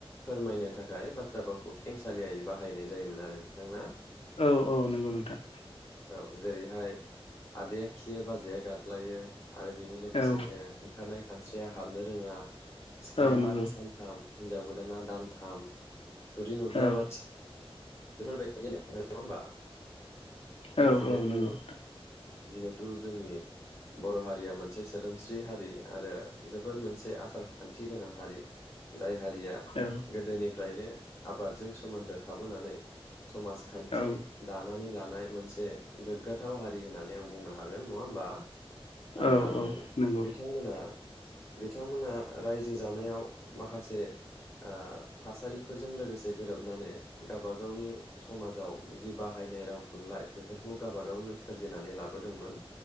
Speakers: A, on the left (about 25°); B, on the left (about 70°).
A: फोरमायनो थाखाय बाथ्रा भावखौ खेंसालियायै बाहायनाय जायोमोन आरो नोंथां ना
B: औ औ नंगौ नोंथां
A: औ जेरैहाय आदाया खियो बाजैया गादलायो आरो बेनि लोगोसेयैनो
B: औ
A: ओंखारनाय खानस्रि या हाबनो रोङा सिखाया
B: औ नंगौ
A: सानथाम हिनजाव गोदाना दानथाम थुरि नुब्ला
B: औ
A: बाथि बेफोर बायदि नङा होमबा
B: औ
A: जिहेथु
B: औ नंगौ
A: जिहेथु जोंनि बर' हारिया मोनसे सोदोमस्रि हारि आरो जोबोद मोनसे आसार खान्थि गोनां हारि जाय हारिया
B: औ
A: गोदोनिफ्रायनो आबादजों सोमोन्दो थाबोनानै समाजखान्थि
B: औ
A: दानानै लानाय मोनसे गोग्गाथाव हारि होननानै आं बुंनो हागोन नङा होमबा ओ
B: औ औ नंगौ
A: बिथांमोनहा बिथांमोना रायजो जानायाव माखासे ओ थासारिफोरजों लोगोसे गोरोबनानै गाबा गावनि समाजाव जि बाहायनाय राव थुनलाइ बेफोरखौ गाबा गावनो सोरजिनानै लाबोदोंमोन